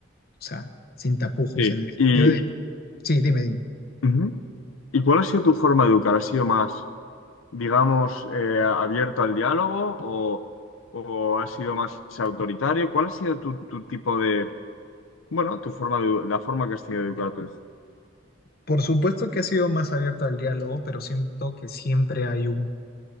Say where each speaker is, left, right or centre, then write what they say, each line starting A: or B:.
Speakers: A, on the left; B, on the left.
A: O sea, sin tapujos,
B: Sí.
A: en el sentido
B: ¿Y,
A: de Sí, dime, dime.
B: ujú. ¿Y cuál ha sido tu forma de educar? ¿Ha sido más, digamos, eh, abierto al diálogo o, o ha sido más autoritario? ¿Cuál ha sido tu, tu tipo de, bueno, tu forma de, la forma que has tenido de educar a tu hijo?
A: Por supuesto que ha sido más abierto al diálogo, pero siento que siempre hay un